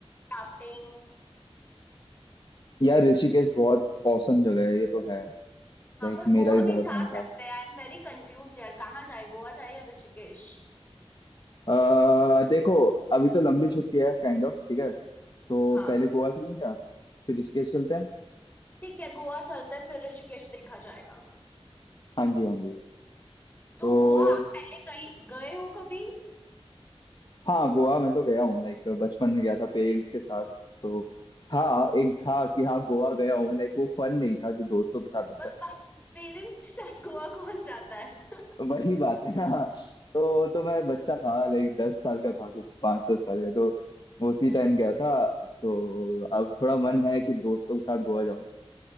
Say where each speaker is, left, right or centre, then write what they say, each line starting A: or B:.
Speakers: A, on the left; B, on the left.
A: राफ्टिंग
B: यार ऋषिकेश बहुत औसम जगह है ये तो है
A: हाँ
B: लाइक
A: पर गोवा
B: मेरा भी
A: भी
B: बहुत
A: जा
B: मन
A: सकते
B: था
A: हैं आई एम वेरी कंफ्यूज यार कहाँ जाए गोवा जाए या ऋषिकेश
B: अह देखो अभी तो लंबी छुट्टी है काइंड ऑफ ठीक है तो
A: हाँ।
B: पहले गोवा चलें क्या फिर ऋषिकेश चलते हैं
A: ठीक है गोवा चलते हैं फिर ऋषिकेश देखा जाएगा
B: हाँ जी हाँ जी
A: तो
B: तो
A: गोवा आप पहले कहीं गए हो कभी
B: हाँ गोवा मैं तो गया हूँ लाइक बचपन में गया था पेरेंट्स के साथ तो था एक था कि हाँ गोवा गया हूँ लाइक वो फन नहीं था जो दोस्तों के साथ आता
A: पर
B: है
A: पेरेंट्स के साथ गोवा कौन जाता है
B: तो वही बात है ना तो तो मैं बच्चा था लाइक दस साल का था कुछ पाँच दस साल का तो उसी टाइम गया था तो अब थोड़ा मन है कि दोस्तों के साथ गोवा जाऊँ